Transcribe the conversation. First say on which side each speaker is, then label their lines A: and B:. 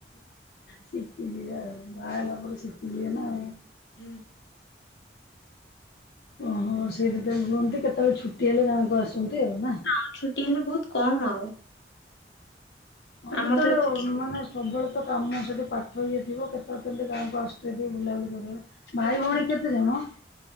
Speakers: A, on the left; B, on the left.
A: ଶିଖିଯିବେ ଆଉ ବାହା ହେଲା ପରେ ଶିଖିଯିବେ ନା ଆଉ।
B: ହୁଁ।
A: ଓହୋ ସେଇଠି ତହେଲେ ହୁହନ୍ତି କେତେବେଳେ ଛୁଟି ହେଲେ ଗାଁକୁ ଆସନ୍ତି ଆଉ ନା?
B: ଆଉ ଛୁଟି ହେଲେ ବହୁତ କମ୍ ଆଉ।
A: ହଁ
B: ଆମର
A: ଯେତେବେଳେ
B: ତ ଏବେ
A: ମାନେ ସବୁବେଳେ କେତ କାମ ସେଠି ପାଠ ଇଏ ଥିବ କେତେବେଳେ କେମିତି ଗାଁକୁ ଆସୁ ଟିକେ ବୁଲାବୁଲି କରିବ ଭାଇ
B: ଛୁଟି
A: ଭଉଣୀ
B: ଛୁ-
A: କେତେ ଜମ <inaudible>